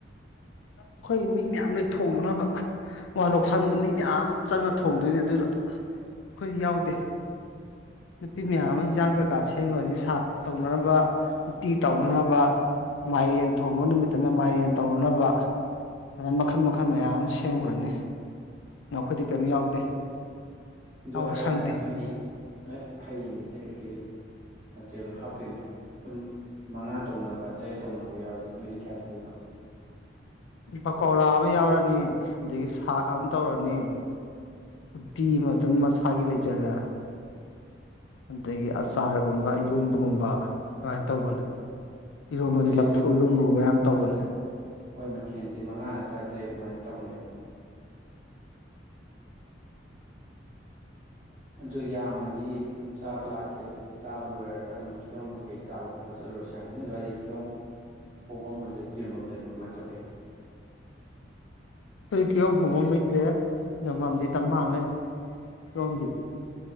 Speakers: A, on the left; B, on the right.
A: ꯑꯩꯈꯣꯏꯒꯤ ꯃꯤ ꯃꯌꯥꯝ ꯂꯩ ꯊꯣꯡꯅꯅꯕ ꯋꯥꯔꯣꯛꯁꯪꯗ ꯃꯤ ꯃꯌꯥꯝ ꯆꯪꯉ ꯊꯣꯡꯗꯣꯏꯅꯦ ꯑꯗꯨꯗ ꯑꯩꯈꯣꯏꯗꯤ ꯌꯥꯎꯗꯦ ꯅꯨꯄꯤ ꯃꯌꯥꯝ ꯑꯃ ꯍꯤꯟꯖꯥꯡ ꯀꯩꯀꯥ ꯁꯦꯝꯒ꯭ꯔꯅꯤ ꯁꯥꯛ ꯇꯧꯅꯅꯕ ꯎꯇꯤ ꯇꯧꯅꯅꯕ ꯃꯥꯏꯔꯦꯟ ꯊꯣꯡꯕ ꯅꯨꯃꯤꯠꯇꯅ ꯃꯥꯏꯔꯦꯟ ꯇꯧꯅꯅꯕ ꯑꯗꯨꯅ ꯃꯈꯜ ꯃꯈꯜ ꯃꯌꯥꯝ ꯑꯃ ꯁꯦꯝꯒ꯭ꯔꯅꯤ ꯅ ꯑꯩꯈꯣꯏꯗꯤ ꯀꯔꯤꯝ ꯌꯥꯎꯗꯦ
B: ꯑꯗꯨ
A: ꯌꯥꯎꯕ
B: ꯍꯥꯏꯔꯒ
A: ꯁꯪꯗꯦ
B: ꯅꯣꯏ ꯍꯩ ꯅꯣꯡ ꯍꯌꯦꯡꯒꯤꯁꯦ ꯀꯩꯀꯩ ꯃꯊꯦꯜ ꯍꯥꯞꯇꯣꯏꯅꯣ ꯑꯗꯨꯝ ꯃꯉꯥ ꯇꯧꯅꯕ ꯇꯔꯦꯠ ꯇꯧꯅꯕ ꯌꯥꯎꯋꯤ ꯑꯗꯨ ꯅꯣꯏꯗꯤ ꯀꯌꯥ ꯇꯧꯗꯣꯏꯅꯣ
A: ꯄꯀꯧꯔꯥ ꯑꯃ ꯌꯥꯎꯔꯅꯤ ꯑꯗꯒꯤ ꯁꯥꯥꯛ ꯑꯃ ꯇꯧꯔꯅꯤ ꯎꯇꯤ ꯑꯃ ꯑꯗꯨꯝ ꯃꯁꯥꯒꯤ ꯂꯩꯖꯔꯦ ꯑꯗꯒꯤ ꯑꯆꯥꯔꯒꯨꯝꯕ ꯏꯔꯣꯝꯕꯒꯨꯝꯕ ꯑꯗꯨꯃꯥꯏꯅ ꯇꯧꯕꯅꯦ ꯏꯔꯣꯟꯕꯗꯤ
B: ꯍꯣꯏ
A: ꯂꯐꯨ
B: ꯑꯗꯨꯝ ꯃꯊꯦꯜ
A: ꯏꯔꯣꯟꯕꯒꯨꯝꯕ ꯌꯥꯝ ꯇꯧꯕꯅꯦ
B: ꯍꯣꯏ ꯃꯊꯦꯜꯁꯦ ꯃꯉꯥ ꯅꯠꯇ꯭ꯔꯥ ꯇꯔꯦꯠ ꯑꯗꯨꯃꯥꯏꯅ ꯇꯧꯅꯩꯕ ꯑꯣ ꯌꯥꯝꯃꯗꯤ ꯑꯗꯨꯝ ꯆꯥꯕ ꯂꯥꯛꯀꯦ ꯑꯗꯨ ꯆꯥꯕ ꯂꯣꯏꯔꯒ ꯑꯗꯨꯝ ꯀꯤꯌꯣꯝ ꯀꯩꯀꯩ ꯆꯥꯕ ꯈꯣꯠꯄ ꯆꯠꯂꯨꯔꯁꯨ ꯌꯥꯅꯤ ꯅꯣꯏ ꯑꯗꯨꯋꯥꯏꯗꯤ ꯀꯤꯍꯣꯝ ꯍꯧꯐꯝ ꯑꯗꯒꯤ ꯌꯣꯟꯐꯝ ꯂꯩꯕ꯭ꯔꯥ ꯀꯃꯥꯏꯅ ꯇꯧꯒꯦ
A: ꯑꯩꯈꯣꯢꯗꯤ ꯀꯤꯍꯣꯝ ꯍꯧꯕꯝ ꯂꯩꯇꯦ ꯌꯣꯟꯐꯝꯗꯤ ꯗꯃꯥ ꯑꯃ ꯂꯩ ꯀꯤꯍꯣꯝꯗꯤ